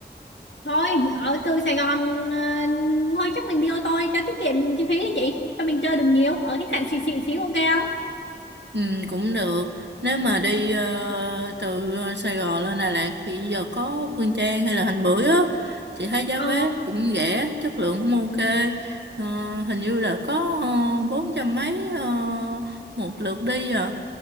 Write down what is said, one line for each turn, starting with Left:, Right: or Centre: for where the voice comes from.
Left: thôi ở từ Sài Gòn à, thôi chắc mình đi ô tô đi cho tiết kiệm chi phí đi chị cho mình chơi được nhiều ở khách sạn xịn xịn xíu ok không
Right: Ừ, cũng được. Nếu mà đi ờ, từ ờ, Sài Gòn lên Đà Lạt thì giờ có Phương Trang hay là Thành Bưởi á, chị thấy giá
Left: ờ
Right: vé cũng rẻ, chất lượng cũng ok. Ờ, hình như là có ờ, bốn trăm mấy ờ, một lượt đi à.